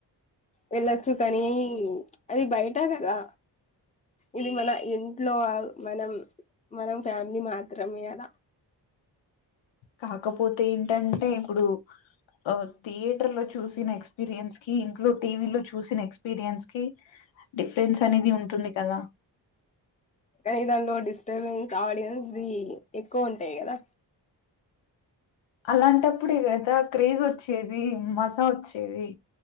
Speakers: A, on the left; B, on the left.
A: వెళ్ళొచ్చు కానీ, అది బయట కదా ఇది మన ఇంట్లో మనం మనం ఫ్యామిలీ మాత్రమే అదా
B: కాకపోతే ఏంటంటే ఇప్పుడు ఆ థియేటర్ లో చూసిన ఎక్స్పీరియన్స్ కి ఇంట్లో టీవీ లో చూసిన ఎక్స్పీరియన్స్ కి డిఫరెన్స్ అనేది ఉంటుంది కదా
A: కానీ దానిలో డిస్టర్బింగ్ ఆడియన్స్ది ఎక్కువ ఉంటాయి కదా
B: అలాంటప్పుడే కదా క్రేజ్ వచ్చేది మజా వచ్చేది